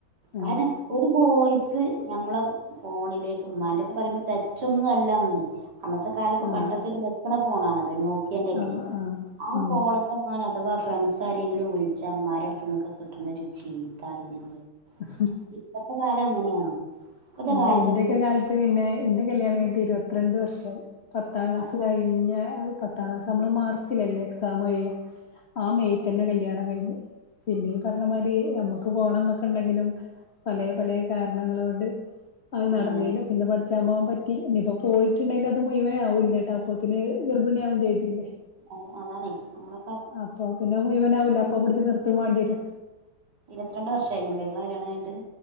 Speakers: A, on the left; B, on the right.
A: ആഹ്
B: കാരണം ഒരു ബോയ്സ് ഞമ്മളെ ഫോണിലേക്ക് ഇമ്മന്റെക്കെ പറയുമ്പോ ടച്ചൊന്നും അല്ലാന്ന് അന്നത്തെ കാലൊക്കെ
A: ആഹ്
B: പണ്ടത്തൊരു നെക്കണ ഫോണാണത് നോക്കിയേന്റൊക്കെ
A: ആഹ് ആഹ്
B: ആ
A: ഉം
B: ഫോണത്തെ എങ്ങാനും അഥവാ ആ ഫ്രണ്ട്സ് ആരെങ്കിലും വിളിച്ച അമാരെ അടുത്ത് നിന്ന് <unintelligible> ചീത്ത പറയും ഞങ്ങളെ
A: അ
B: ഇപ്പത്തെ കാലം അങ്ങനെയാണോ? ഇപ്പത്തെ
A: ആ
B: കാലത്തൊക്കെ
A: ഇന്റെയൊക്കെ
B: ഇത്
A: കാലത്ത് പിന്നെ ഇന്റെ കല്യാണം കയിഞ്ഞിട്ട് ഇരുപത്തിരണ്ട് വർഷായി പത്താം ക്ലാസ്
B: ആ
A: കഴിഞ്ഞ പത്താം ക്ലാസ് നമ്മള് മാർച്ചിലല്ലേ എക്സാം കഴിയ ആ മെയ് തന്നെ കല്യാണം കയ്ഞ്ഞു പിന്നീ പറഞ്ഞമാതിരി നമ്മക്ക് പോണം എന്നൊക്കെ ഉണ്ടെങ്കിലും പല പല കാരണങ്ങള് കൊണ്ട് അത് നടന്നീല്ല
B: അതന്നെ
A: പിന്നെ പഠ ക്കാൻ പോവാൻ പറ്റി ഇനിയിപ്പ പോയിട്ട്ണ്ടെങ്കില് അത് മുയുവനാവൂല്ലാട്ടോ അപ്പോത്തിന് ഗർഭിണിയാകും ചെയ്തീലേ
B: അ അതാണെ നമ്മളെ
A: അപ്പൊ പിന്നെ മുയുവനാവൂല്ല അപ്പൊ പിടിച്ച് നിർത്തും വാണ്ടി വരും
B: ഇരുത്തിരണ്ട് വർഷയിന്നില്ലേ നിങ്ങള കല്യാണം കയ്ഞ്ഞിട്ട്